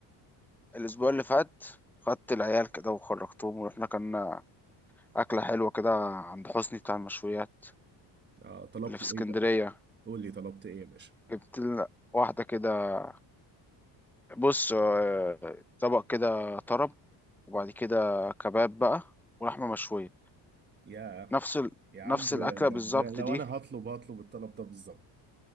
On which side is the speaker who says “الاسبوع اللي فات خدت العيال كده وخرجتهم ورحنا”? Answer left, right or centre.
Centre